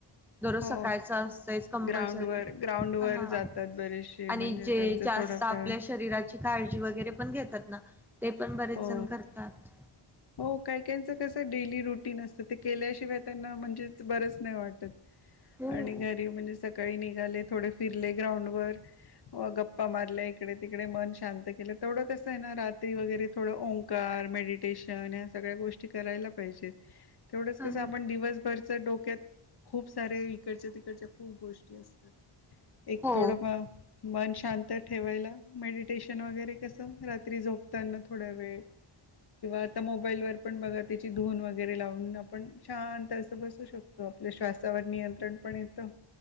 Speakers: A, in the centre; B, on the left.
A: दररोज
B: हो
A: सकाळच असतंयच कंपल्सरी.
B: ग्राउंड वर ग्राउंड
A: हा
B: वर जातात बरेचसे
A: आणि
B: म्हणजे
A: जे
B: त्यांच
A: जास्त
B: थोडाफार
A: आपल्या शरीराची, काळजी वगैरे पण घेतात. ना. ते पण बरेच
B: हो
A: जण करतात.
B: हो कायकच कसं डेली रुटीन असतं ते. केल्याशिवाय त्यांना म्हणजेच बरच नाही वाटत,
A: हो.
B: आणि घरी म्हणजे. सकाळी निघाले थोडे फिरले ग्राउंड वर, व गप्पा मारल्या इकडे तिकडे मन शांत केलं तेवडं कस. आहे ना रात्री वगैरे थोडं ओ मकार मेडिटेश अन ह्या सगळ्या गोष्ट करायला पाहिजे तेवढंच
A: आणि
B: कसं आपण दिवसभरच डोक्यात खूप सारे इकडच्या, तिकडच्या, खूप गोष्टी असतात. एक
A: हो
B: थोडं म मन शांत ठेवायला मेडिटेशन वगैरे कसं रात्री झोपताना थोडा वेळ किंवा आता मोबाईल वर पण बघा त्याची धुून वगैरे लावून आपण शांत असं बसू शकतो, आपल्या श्वासावर नियंत्रण पण येतं.